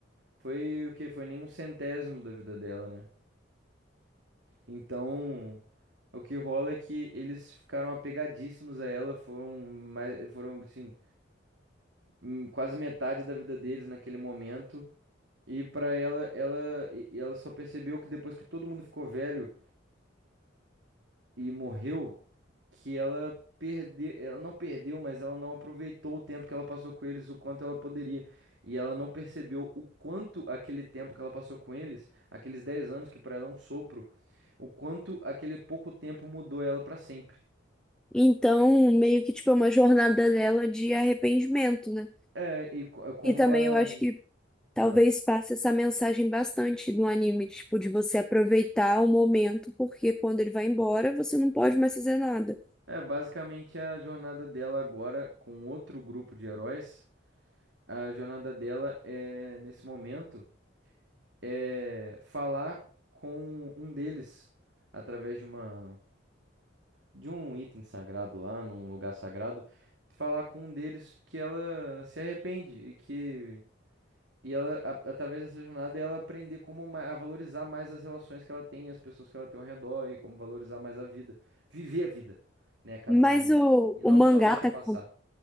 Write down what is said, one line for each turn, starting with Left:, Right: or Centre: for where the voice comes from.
Right: foi o que? Foi nem um centésimo da vida dela, né? Então, o que rola é que eles ficaram apegadíssimos a ela, foram mais, foram assim, hum, quase metade da vida deles naquele momento. E pra ela, ela, e- ela só percebeu que depois que todo mundo ficou velho e morreu, que ela perdeu, ela não perdeu, mas ela não aproveitou o tempo que ela passou com eles, o quanto ela poderia. E ela não percebeu o quanto aquele tempo que ela passou com eles, aqueles 10 anos que pra ela é um sopro, o quanto aquele pouco tempo mudou ela pra sempre.
Centre: Então, meio que, tipo, é uma jornada dela de arrependimento, né?
Right: É, e co- como
Centre: E também
Right: ela
Centre: eu acho que talvez
Right: ah,
Centre: passe essa mensagem bastante no anime, tipo, de você aproveitar o momento, porque quando ele vai embora, você não pode mais fazer nada.
Right: é basicamente a jornada dela agora com outro grupo de heróis A jornada dela é, nesse momento, é falar com um deles através de uma de um item sagrado lá, num lugar sagrado, falar com um deles que ela se arrepende e que e ela a- através dessa jornada ela aprender como ma- a valorizar mais as relações que ela tem, as pessoas que ela tem ao redor e como valorizar mais a vida, viver a vida, né, a cada
Centre: Mas
Right: momento
Centre: o,
Right: e
Centre: o
Right: não
Centre: mangá
Right: só deixar
Centre: tá,
Right: passar.
Centre: com-